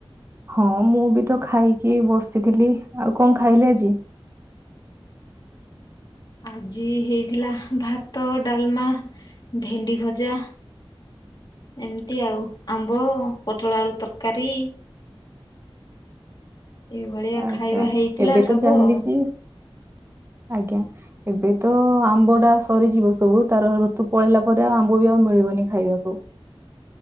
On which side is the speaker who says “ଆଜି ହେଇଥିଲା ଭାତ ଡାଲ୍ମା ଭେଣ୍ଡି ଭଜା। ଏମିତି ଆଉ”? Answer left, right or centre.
Left